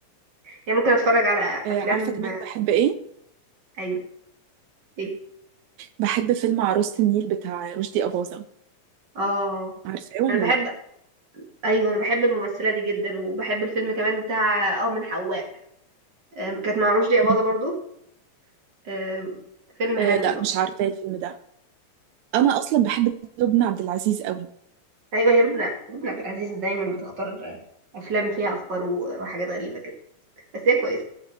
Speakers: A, on the right; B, on the right.
A: يعني ممكن اتفرج على
B: آه،
A: افلام
B: عارفة كمان بحب ايه؟
A: ايوه ايه
B: بحب فيلم عروسة النيل بتاع رشدي أباظة
A: اه
B: عارفاه ولا
A: انا بحب
B: لا؟
A: ايوه انا بحب الممثله دي جدا وبحب الفيلم كمان بتاع اه من حواء آم، كانت مع رشدي اباظه
B: مم.
A: برضو آم، فيلم
B: أه
A: حلو
B: لا
A: برضو
B: مش عارفة الفيلم ده انا اصلا بحب لبنى عبد العزيز قوي
A: ايوه هي لبنى لبنى عبد العزيز دايما بتختار افلام فيها افكار و- وحاجات غريبه كده بس هي كويسه